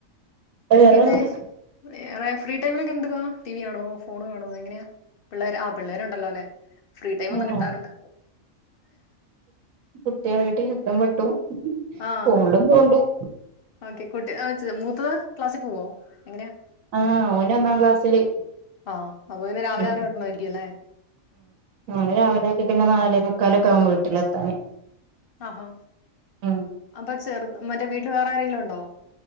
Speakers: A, on the right (about 75°); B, on the left (about 60°).
A: വേറെന്താ
B: പിന്നെ വേറെ ഫ്രീ ടൈമിലൊക്കെ എന്ത്ക്കവാ ടിവി കാണോ ഫോണു കാണോ എങ്ങനെയാ പിള്ളേർ ആ പിള്ളേരുണ്ടല്ലോ അല്ലെ ഫ്രീ ടൈം ഒന്നും
A: ആഹ്
B: കിട്ടാറുണ്ട്
A: കുട്ടികളായിട്ട് യുദ്ധം വെട്ടും
B: ആഹ്
A: ഫോണിലും തോണ്ടും
B: ഓക്കെ കുട്ട് ആ <unintelligible> പത്ത് ക്ലാസ്സിൽ പോവോ എങ്ങനെയാ
A: ആ ഓന് ഒന്നാം ക്ലാസില്
B: ആ അപ്പൊ പിന്നെ രാവിലെ
A: ഉം
B: അവനെ വിടണമായിരിക്കും അല്ലേ
A: ഓന്നെ രാവിലെ ഒക്കെ ആക്കിട്ട് പിന്നെ നാലേ മുക്കാല ഒ ക്കെ ആവും വീട്ടിലെത്താന്
B: ആഹോ
A: ഉം
B: അപ്പൊ ചെറുത് മറ്റേ വീട്ടിൽ വേറെ ആരെെങ്കിലും ഉണ്ടോ?